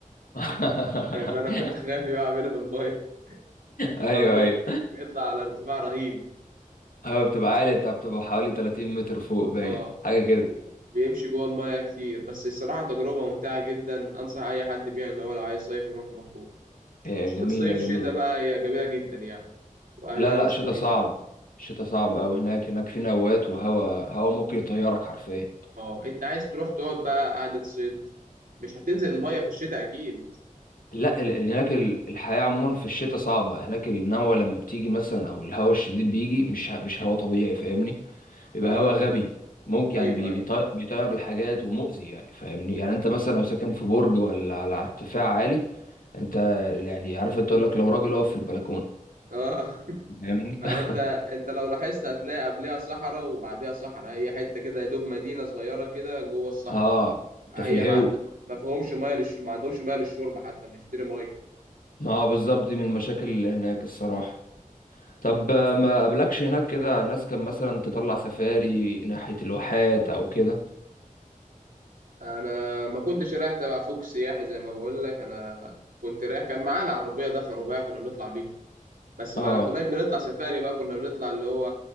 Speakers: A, on the left; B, on the right.
A: <laughs>
B: آه، فأنا كنت خايف يقع منه في المية هو
A: ايوه
B: بي...
A: ايوه
B: بيطلع على ارتفاع رهيب
A: ايوه بتبقى عالي انت بتبقى حوالي 30 متر فوق باين
B: اه
A: حاجه كده
B: بيمشي جوه المايه كتير بس الصراحه تجربه ممتعه جدا انصح اي حد بيها ان هو لو عايز صيف يروح مطروح
A: هي
B: ش-
A: جميله
B: صيف
A: جميله
B: شتاء بقى هي جميله جدا يعني واهلها
A: لا لا
B: ناس
A: شتا
B: طيبين
A: صعب شتا صعب أوي هناك هناك في نوات وهوا هوا ممكن يطيرك حرفيا
B: اه انت عايز تروح تقعد بقى قعده صيد مش هتنزل المايه في الشتاء اكيد
A: لا ال- ال- هناك ال- الحياة عموما في الشتاء صعبة هناك النوى لما بتيجي مثلا أو الهواء الشديد بيجي مش ه- مش هواء طبيعي فاهمني بيبقى
B: اه
A: هواء غبي ممكن يعني
B: ايوه
A: بي-
B: ايوه
A: بيطير بيطير الحاجات ومؤذي يعني فاهمني يعني أنت مثلا لو ساكن في برج ولا على على ارتفاع عالي أنت يعني عارف أنت تقول لك لو راجل أقف في البلكونة
B: اه <laughs>
A: فاهمني
B: ما
A: <laughs>
B: انت انت لو لاحظت هتلاقي قبلها صحراء وبعديها صحراء هي حته كده يا دوب مدينه صغيره كده جوه الصحراء
A: أه أنت
B: هي
A: في الهو
B: ما عندها ما فيهمش ميه للشرب ما عندهمش ميه للشرب حتى بنشتري ميه
A: ما هو بالظبط دي من المشاكل اللي هناك الصراحة طب آه، ما قابلكش هناك كده ناس كان مثلا تطلع سفاري ناحية الواحات أو كده
B: انا ما كنتش رايح تبع فوق سياحي زي ما بقول لك انا كنت رايح كان معانا عربيه دفع رباعي كنا بنطلع بيها بس
A: أه
B: ما كناش بنطلع سفاري بقى كنا بنطلع اللي هو